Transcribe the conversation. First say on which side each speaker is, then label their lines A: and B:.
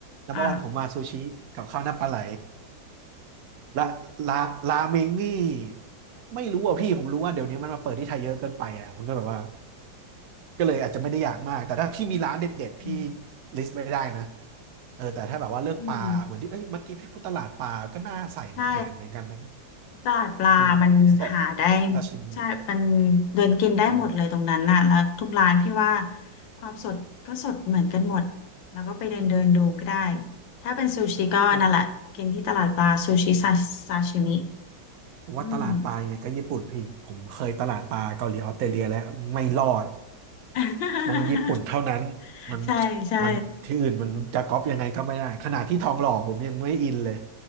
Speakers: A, on the right; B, on the left.
A: number
B: อ่า
A: one ผมมาซูชิกับข้าวหน้าปลาไหลและราราเมงนี่ไม่รู้อ่ะพี่ผมรู้ว่าเดี๋ยวนี้มันมาเปิดที่ไทยเยอะเกินไปอ่ะมันก็แบบว่า ก็เลยอาจจะไม่ได้อยากมาก แต่ถ้าพี่มีร้านเด็ดๆพี่
B: อ
A: ลิสต์ไม่ได้นะเออแต่ถ้าแบบว่าเรื่องปลาเหมือนที่เอ้ยเมื่อกี้พี่พูดตลาดปลาก็น่าใส่ในแผนเหมือนกันนะพี่
B: ืม ใช่ตลาดปลามันหาได้
A: มันต้องต้องสดอะซาชิมิ
B: ใช่มันเดินกินได้หมดเลยตรงนั้นน่ะแล้วทุกร้านพี่ว่า
A: อ๋อ
B: ความสดก็สดเหมือนกันหมดแล้วก็ไปเดินเดินดูก็ได้ถ้าเป็นซูชิก็นั่นแหละกินที่ตลาดปลาซูชิซาซาชิมิ
A: ใช่ผมว่าตลาดปลายังไงก็ญี่ปุ่นพี่
B: อืม
A: ผมเคยตลาดปลาเกาหลีออสเตรเลียแล้วไม่รอด
B: <laughs>
A: ต้องญี่ปุ่นเท่านั้นมัน
B: ใช่ใช่
A: มันที่อื่นมันจะก๊อปยังไงก็ไม่ได้ขนาดที่ทองหล่อผมยังไม่อินเลย